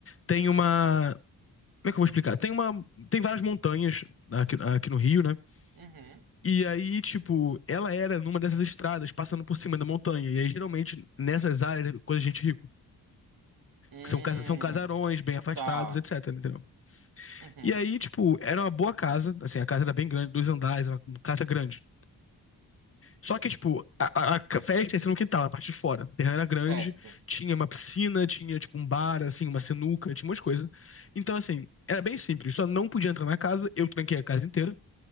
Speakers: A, on the left; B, on the right.
A: tem uma. Como é que eu vou explicar? Tem uma. Tem várias montanhas aqui, aqui no Rio, né?
B: uhum.
A: E aí, tipo, ela era numa dessas estradas, passando por cima da montanha. E aí, geralmente, nessas áreas, é coisa de gente rico.
B: Hum,
A: Que são, casa- são casarões bem afastados,
B: tá.
A: etc, entendeu?
B: Uhum,
A: E aí, tipo, era uma boa casa. Assim, a casa era bem grande, dois andares, era uma casa grande. Só que, tipo, a, a- a festa ia ser no quintal, na parte de fora. O terreno era grande,
B: certo.
A: tinha uma piscina, tinha, tipo, um bar, assim, uma sinuca, tinha umas coisas. Então, assim, era bem simples. Só não podia entrar na casa, eu tranquei a casa inteira.